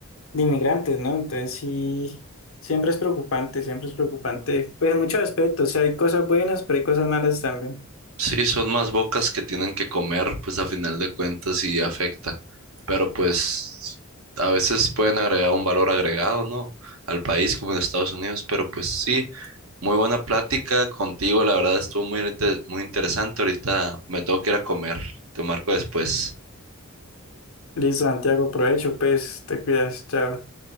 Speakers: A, on the left; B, on the right.
A: de inmigrantes, ¿no? Entonces sí, siempre es preocupante, siempre es preocupante, pues en muchos aspectos, o sea, hay cosas buenas, pero hay cosas malas también.
B: Sí, son más bocas que tienen que comer, pues a final de cuentas y afecta. Pero pues a veces pueden agregar un valor agregado, ¿no? Al país como en Estados Unidos. Pero pues sí, muy buena plática contigo. La verdad estuvo muy, inte- muy interesante. Ahorita me tengo que ir a comer. Te marco después.
A: Listo, Santiago, provecho, pues, te cuidas, chao.